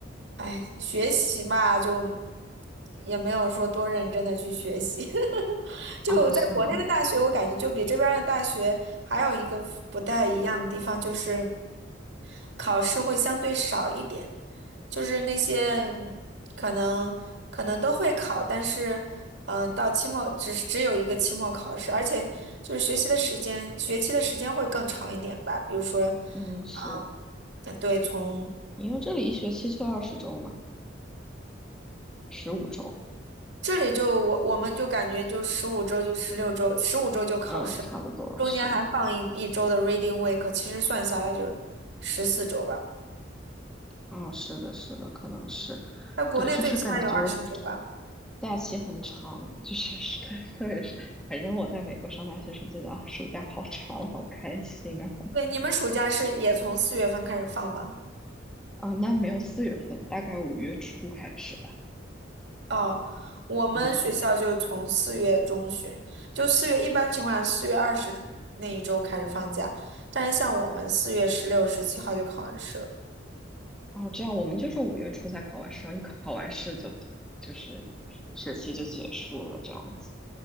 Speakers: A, on the right; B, in the centre.
A: 哎，学习嘛，就也没有说多认真的去学习，<laughs> 就在国内的大学，
B: 啊，是吗？
A: 我感觉就比这边儿的大学还有一个不太一样的地方就是。考试会相对少一点。就是那些嗯可能可能都会考，但是嗯、呃到期末只是只有一个期末考试，而且就是学习的时间，学期的时间会更长一点吧。比如说，
B: 嗯，是。
A: 嗯，呃对，从
B: 因为这里一学期就二十周嘛，十五周，
A: 这里就我我们就感觉就十五周就十六周，十五周就考试了，
B: 嗯，差不多是，
A: 中间还放一一周的 reading week，其实算下来就是十四周吧。
B: 嗯，是的，是的，可能是，
A: 在国内最起码有二十周吧。
B: 对，就是感觉假期很长，就是是 <laughs> 对，特别是，反正我在美国上大学时觉得啊，暑假好长，好开心啊，
A: 对，你们暑假是也从四月份开始放吗？
B: 啊，那没有四月份，大概五月初开始吧，
A: 哦，我们学校就从四月中旬，
B: 嗯，
A: 就四月一般情况下四月二十那一周开始放假，但是像我们四月十六、十七号就考完试了，
B: 哦，这样我们就是五月初才考完试，然后一考完试就就是学期就结束了，这样子，